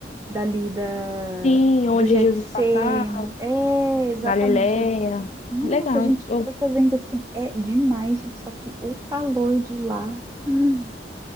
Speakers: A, on the right; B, on the left.
A: dali da,
B: Sim, onde
A: do Jetsem.
B: Jesus passava,
A: É, exatamente
B: Galileia.
A: ali. Nossa,
B: Legal.
A: a gente
B: Eu,
A: foi fazendo assim, é demais, gente, só que o calor de lá <gasps> hum,